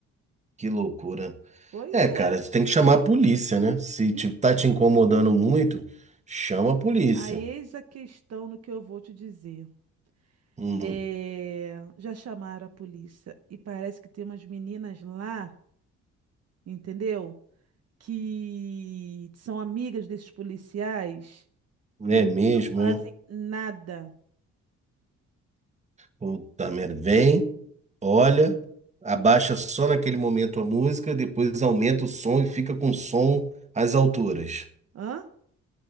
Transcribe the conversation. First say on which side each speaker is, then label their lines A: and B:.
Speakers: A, on the right; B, on the right.
A: que loucura.
B: Pois
A: É, cara,
B: é.
A: você tem que chamar a polícia, né? Se
B: Então,
A: te, tá te incomodando muito, chama a polícia.
B: aí eis a questão no que eu vou te dizer.
A: Hum,
B: É, já chamaram a polícia e parece que tem umas meninas lá, entendeu? Que são amigas desses policiais
A: é
B: e
A: mesmo,
B: eles não fazem
A: né?
B: nada.
A: Puta merda. Vem, olha, abaixa só naquele momento a música, depois aumenta o som e fica com o som às alturas.
B: Hã?